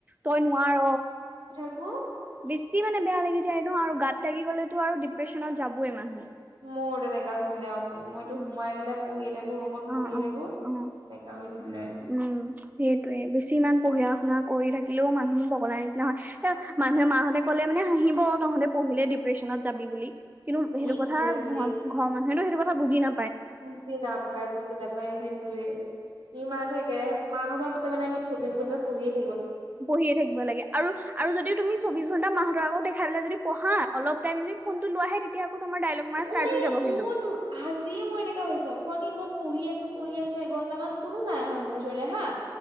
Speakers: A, on the right; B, on the right.
A: তই নোৱাৰ
B: ওহ
A: বেছি মানে বেয়া লাগি যায় ন আৰু গাত তাগি গলেতো আৰু ডিপ্ৰেশ্যনত যাবইে মানুহ
B: মোৰ তেনেকা হৈছিলে অ' মইতো
A: উম,
B: সোমাই পেলাই পঢ়িয়ে থাকোঁ, ৰুমত
A: অ',
B: পঢ়িয়ে
A: অ',
B: থাকোঁ,
A: অ',
B: তেনেকা হৈছিলে।
A: উম, সেইটোৱে বেছি ইমান পঢ়ে পঢ়া শুনা কৰি থাকিলেও মানুহ পগলাৰ নিচিনা হয়। এই মানুহে মাহঁতে ক'লে মানে হাঁহিব তহঁতে পঢ়িলে ডিপ্ৰেশ্যনত যাবি বুলি। কিন্তু সেইটো
B: একজেক্টলি
A: কথা ঘৰ ঘৰৰ মানুহেনো এইটো কথা বুজি না
B: বুজি নাপায়, বুজি নাপায়, সেইটোৱে ইমানেই কে মাহঁতৰ মতে মানে আমি চৌব্বিশ ঘণ্টা পঢ়িয়েই
A: পঢ়িয়ে থাকিব লাগে আৰু আৰু যদিও তুমি চৌব্বিশ ঘন্টা মাহঁতৰ আকৌ দেখাই পেলাই যদি পঢ়া অলপ টাইম যদি ফোনটো লোৱাহে সেই তেতিয়া আকৌ তোমাৰ ডাইলগ মাৰা ষ্টাৰ্ট
B: ঐ
A: হৈ যাব কিন্তু।
B: ও তো আজি মোৰ এনেকা হৈছে অথনিৰ মোক পঢ়ি আছোঁ, পঢ়ি আছোঁ, এঘন্টামান কোনো নাই অহা মোৰ ওচৰলৈ হা